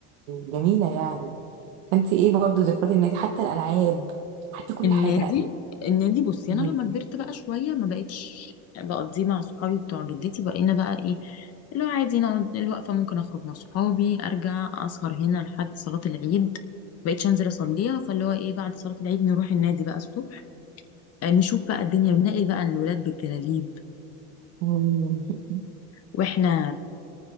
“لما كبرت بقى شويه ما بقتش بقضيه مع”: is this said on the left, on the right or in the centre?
Left